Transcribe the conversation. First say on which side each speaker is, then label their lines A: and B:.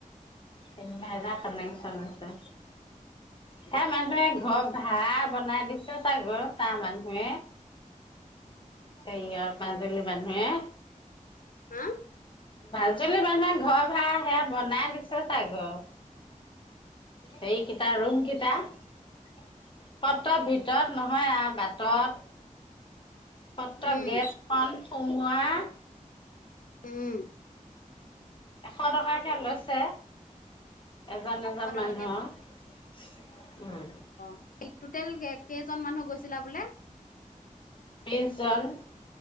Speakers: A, on the left (about 40°); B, on the left (about 85°).
A: ইনভাৰ্টাৰ কানেকচন আছে, সেয়া মানুহে ঘৰ ভাৰা বনাই দিছে তাৰ ঘৰ তাৰ মানুহে সেইয়া মাজুলী মানুয়ে
B: হম?
A: মাজুলী মানুহে ঘৰ ভাড়া সেয়া বনাই দিছে চাগৈ, হেৰিকিটা ৰুম কিটা। সত্ৰ ভিতৰত নহয় আও বাটত। সত্ৰ
B: উম,
A: গেট খন সোমোৱা
B: উম।
A: এশ টকাকে লৈছে এজন এজন
B: এশ টকাকে
A: মানুহৰ উম
B: অ' টোটেল কে-কেইজন মানুহ গৈছিলা বোলে?
A: বিছজন।